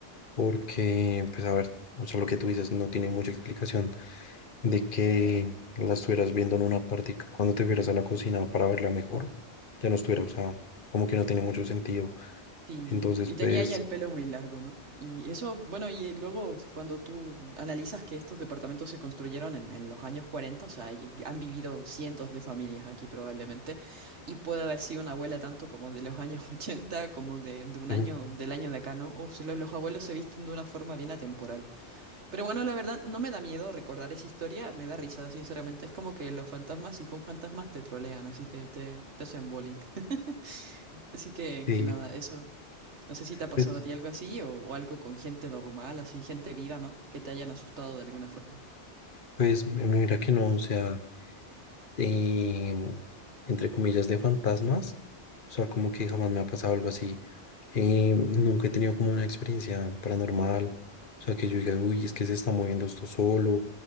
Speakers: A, on the left; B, on the right.
A: porque, pues, a ver, o sea, lo que tú dices no tiene mucha explicación de que la estuvieras viendo en una parte y que cuando te fueras a la cocina para verla mejor, ya no estuviera, o sea, como que no tiene mucho sentido.
B: Sí,
A: Entonces,
B: y
A: pues,
B: tenía ya el pelo muy largo, ¿no? Y eso, bueno, y luego cuando tú analizas que estos departamentos se construyeron en, en los años 40, o sea, y- y han vivido cientos de familias aquí probablemente, y puede haber sido una abuela tanto como de los años <laughs> 80, como de, de un
A: ujú,
B: año, del año de acá, ¿no? O sea, lo- los abuelos se visten de una forma bien atemporal. Pero bueno, la verdad, no me da miedo recordar esa historia, me da risa, sinceramente. Es como que los fantasmas, si fue un fantasma, te trolean, así te, te, te hacen bullying. <laughs> Así que,
A: sí,
B: que nada, eso. No sé si te ha pasado
A: pues,
B: a ti algo así o, o algo con gente normal, así, gente viva, ¿no? Que te hayan asustado de alguna forma.
A: pues, mira que no, o sea. eh, entre comillas, de fantasmas. O sea, como que jamás me ha pasado algo así. Eh, nunca he tenido como una experiencia paranormal. O sea, que yo diga, uy, es que se está moviendo esto solo.